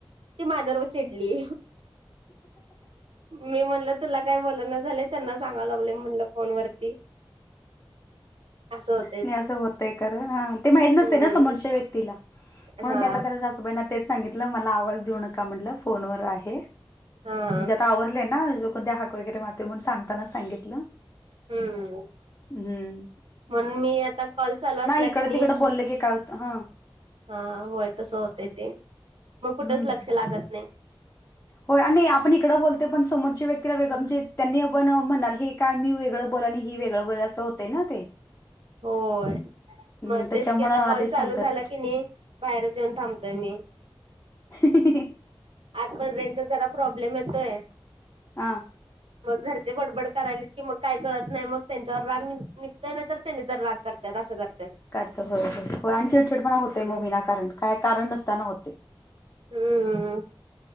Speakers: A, on the right; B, on the left.
A: ती माझ्यावर चिडली मी म्हणल तुला काय बोलना झालंय त्यांना सांगालागलोय म्हटलं फोन वरती. आसं हो
B: नाही आसं होतय खर हा ते माहीत नसतय
A: हम्म
B: ना समोरच्या व्यक्तीला म्हणून
A: हा
B: मी आता त्याला सासूबाईना तेच सांगितलं मला आवाज देऊ नका म्हटलं फोनवर आहे.
A: हा
B: म्हणजे आ ता आवरलय ना चुकून ते हाक वगैरे मारते म्हणून सांगतानाच सांगितलं
A: हम्म
B: हम्.
A: म्हणून मी आता कॉल चालू असला
B: इकडं
A: की नी
B: तिकडं बोललं की काय होतं हां.
A: हा होय तस होतंय ते मग कुठच
B: हम्म.
A: लक्ष लागत नाही.
B: होय आणि आपण इकडं बोलतोय पण समोरचे व्यक्तीला वेगळ म्हणजे त्यांनी आपण म्हणार हे काय मी वेगळं बोला आणि ही वेगळं बोल असं होतं ना ते
A: ह <unintelligible> होय
B: हं
A: मग
B: त्याच्यामुळं
A: तेच की आता
B: आधीच
A: कॉल चालू
B: सांगताच
A: झाला की नाही बाहेरच येऊन थांबतोय मी
B: ह <unintelligible>
A: आत पण रेंजचा जरा प्रॉब्लेम येतोय.
B: हा
A: मग घरचे बडबड करायलेत की मग काय कळत नाही मग त्यांच्यावर राग नि निघतोय ना तर त्यांनी तर राग करतात असं करत्यात.
B: करत होय हो हो आणि चिडचिड पण होते
A: हम्म.
B: मुवी ना कारण काय कारण नसताना होते.
A: हम्म